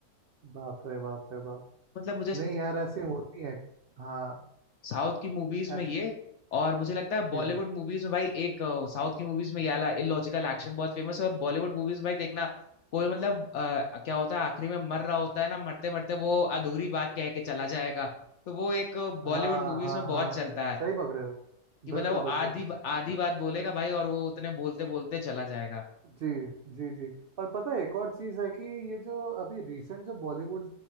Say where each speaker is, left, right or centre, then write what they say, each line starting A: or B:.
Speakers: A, on the right (about 85°); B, on the left (about 70°).
A: बाप रे बाप रे बाप
B: मतलब मुझे
A: नहीं यार ऐसी होती है हाँ
B: साउथ की मूवीज में
A: ऐसे
B: ये और मुझे लगता है बॉलीवुड
A: जी जी
B: मूवीज में भाई एक अ, साउथ की मूवीज में ये वाला इलॉजिकल एक्शन बहुत फेमस है और बॉलीवुड मूवीज में भाई देखना कोई मतलब अ, क्या होता है आखिरी में मर रहा होता है ना मरते मरते वो अधूरी बात कह के चला जाएगा तो वो एक बॉलीवुड
A: हाँ
B: मूवीज
A: हाँ
B: में बहुत
A: हाँ
B: चलता है
A: सही पकड़े हो
B: कि
A: बिल्कुल
B: मतलब वो
A: बिल्कुल
B: आधी आधी बात बोलेगा भाई और वो उतने बोलते बोलते चला जाएगा
A: जी जी जी और पता है एक और चीज़ है कि ये जो अभी रिसेंट जो बॉलीवुड